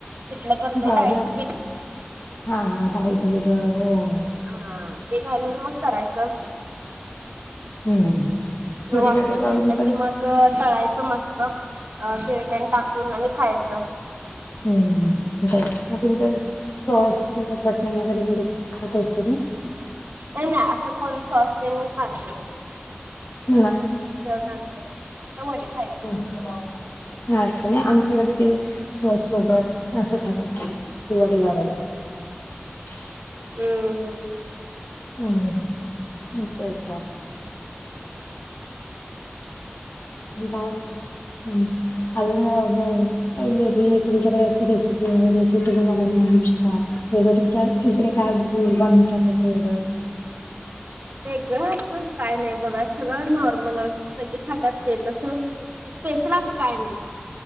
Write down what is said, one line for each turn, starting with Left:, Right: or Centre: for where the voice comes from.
Right: पिटलं करतंय
Left: बर
Right: डाळीचं पिठ-
Left: हा, हा, डाळीचं पिठ व <unintelligible>
Right: हा, ते घालून मग करायचं.
Left: हम्म छोटे
Right: वाफवून
Left: छोटे तळून
Right: घेतलं
Left: करून
Right: कि मग- ग तळायचं मस्त, <unintelligible> टाकून आणि खायचं
Left: हम्, मग तुमच सॉस किंवा चटणी वगैरे म्हणजे, खात असतेत ना?
Right: ये नाही, असं कोण सॉस् तेन काय नाय.
Left: ना?
Right: का वय <unintelligible>
Left: अच्छा नाही आमच्याकडे ते <unintelligible> स सोबत असं खात दिवाळी लाला <unintelligible>
Right: हम्म.
Left: हम् म ते का <unintelligible> बा हम्म आ <unintelligible> काही वेगळी तुमच्याकडे असे रेसिपी वगैरे, जे तुम्ही मला सांगू शकाल वेगळं तुमच्या- इकडे काय बनतातसं वेगळं <unintelligible>
Right: वेगळं असं काय नाही बघा, सगळं नॉर्मल अस सगळे खातात तेचस अस- स्पेशल असं काय नाही.